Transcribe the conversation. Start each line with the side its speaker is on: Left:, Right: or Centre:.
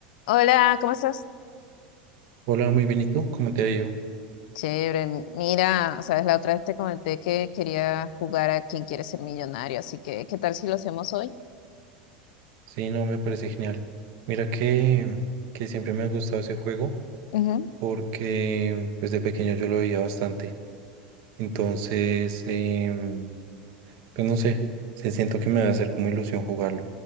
Left: Hola, ¿cómo estás?
Right: Hola, muy bien, ¿y tú? ¿Cómo te ha ido?
Left: Chévere. Mira, sabes, la otra vez te comenté que quería jugar a Quién quiere ser millonario, así que ¿qué tal si lo hacemos hoy?
Right: Sí, no, me parece genial. Mira que, que siempre me ha gustado ese juego
Left: Ujú.
Right: porque desde pequeño yo lo veía bastante. Entonces, em, pues no sé, se siento que me va a hacer como ilusión jugarlo.